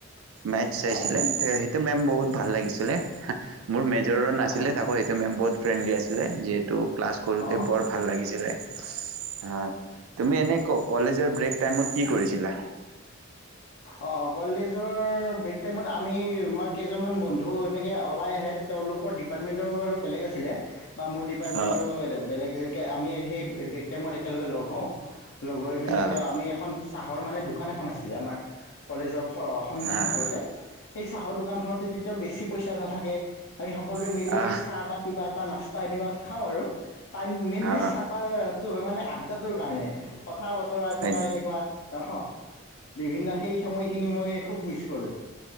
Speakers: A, on the right; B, on the left.
A: মেথছ চাইছিলে।
B: হয়
A: সেইটো মেম বহুত ভাল লাগিছিলে, মোৰ মেজৰৰ নাছিলে
B: হয়
A: তাকো সেইটো মেম বহুত ফ্ৰেণ্ডলি আছিলে যিহেতু ক্লাছ কৰোঁতে
B: অ
A: বৰ ভাল লাগিছিলে। হয়, তুমি এনে ক-কলেজৰ ব্ৰেক টাইমত কি কৰিছিলা?
B: অ', কলেজৰ ব্ৰেক টাইমত আমি আমাৰ কেইজনমান বন্ধু এনেকে ওলাই আহে। তেওঁলোকৰ ডিপাৰ্টমেণ্টৰ বেলেগ আছিলে বা মোৰ ডিপাৰ্টমেণ্টটো
A: অ
B: বেলেগে আমি সেই ব্ৰেগ টাইমত একেলগে লগ হওঁ লগ হৈ পিনে
A: আহ
B: তেওঁ আমি এখন চাহৰ মানে দোকান এখন আছিলে আমাৰ। কলেজৰ সন্মুখ
A: আহ
B: ফালতে, সেই চাহৰ দোকানখনতে তেতিয়া বেছি পইচা নাথাকে আমি সকলোৱে
A: আহ
B: মিলি সেই চাহ বা কিবা এটা নাস্তা এনেকুৱা খাওঁ আৰু টাইম মেইনলি
A: আহ আহ
B: চাহ খ টো, হয় মানে আড্ডাটোৰ কাৰণে কথা -বতৰা
A: হয়নি
B: কিবা এনেকুৱা অ'। বিভিন্ন সেই সময়খিনি মই খুব মিচ কৰোঁ।